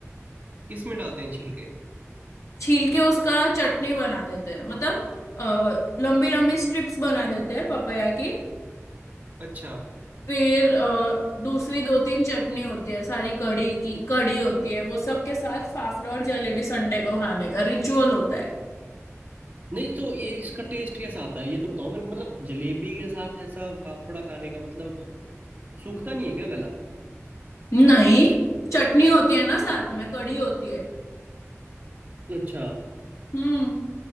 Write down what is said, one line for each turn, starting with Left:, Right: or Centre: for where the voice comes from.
Right: किस में डालते हैं छील के
Left: छील के उसका चटनी बना देते हैं मतलब अ, लंबी लंबी स्ट्रिप्स बना देते हैं पपाया की
Right: अच्छा
Left: फिर अ, दूसरी दो तीन चटनी होती है सारी कड़ी की कड़ी होती है वो सब के साथ फाफड़ा और जलेबी संडे को खाने का रिचुअल होता है
Right: नहीं तो ये इसका टेस्ट कैसा आता है ये तो बताओ मेरे को मतलब जलेबी के साथ ऐसा फाफड़ा खाने का मतलब सूखता नहीं है क्या गला
Left: नहीं चटनी होती है ना साथ में कड़ी होती है
Right: अच्छा
Left: हम्म